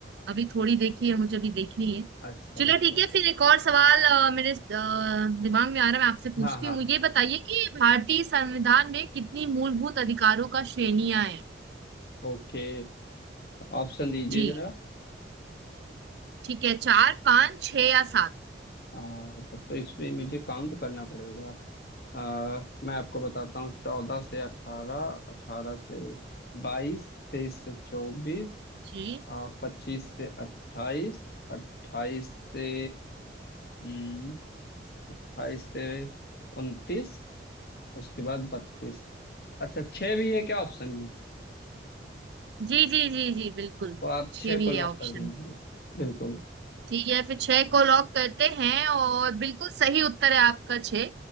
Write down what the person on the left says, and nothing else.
अच्छा
अच्छा
हाँ हाँ
ओके ऑप्शन दीजिए
जरा
आ, तब तो इसमें मुझे काउंट करना पड़ेगा आ, मैं आपको बताता हूँ चौदह से अठारह अठारह से बाईस तेईस से चौबीस
आ, पच्चीस से अट्ठाईस अट्ठाईस से हम्म, अट्ठाईस से उनतीस उसके बाद बत्तीस अच्छा छः भी है क्या ऑप्शन में
तो आप
छः को
लॉक
कर दीजिए बिल्कुल